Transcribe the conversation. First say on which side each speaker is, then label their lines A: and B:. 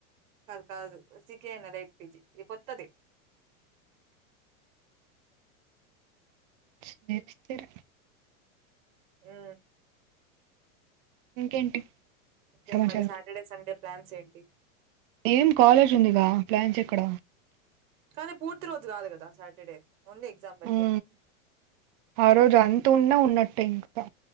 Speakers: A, on the right (about 70°); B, on the right (about 40°).
A: కాదు కాదు సకి అనదా ఇట్ పిజి ఇ గత్తద
B: సే సర
A: ఆ
B: ఇంకేంటి
A: కే
B: సమాచారం
A: మరి సాటర్డే, సండే ప్లాన్స్ ఏంటి
B: ఏం కాలేజ్ ఉందిగా ప్లాన్స్ ఇక్కడ
A: కానీ పూర్తి రోజు కాదు కదా సాటర్డే ఓన్లీ ఎగ్జామ్ వరకే
B: ఉ ఆ రోజు అంత ఉన్నా ఉన్నట్టు టె ఇంకా